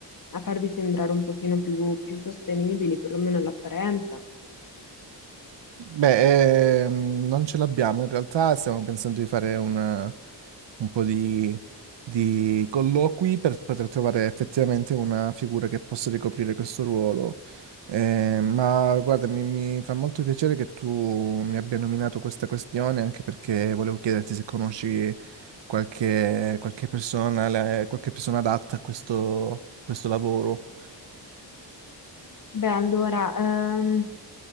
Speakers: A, on the left; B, on the right.
A: a farvi sembrare un pochino più, più sostenibili, perlomeno all'apparenza.
B: Beh, ehm, non ce l'abbiamo, in realtà stiamo pensando di fare una- un po' di, di colloqui per poter trovare effettivamente una figura che possa ricoprire questo ruolo. Eh, ma guarda, mi, mi fa molto piacere che tu mi abbia nominato questa questione, anche perché volevo chiederti se conosci qualche, qualche persona, la- qualche persona adatta a questo questo lavoro.
A: Beh, allora, ehm,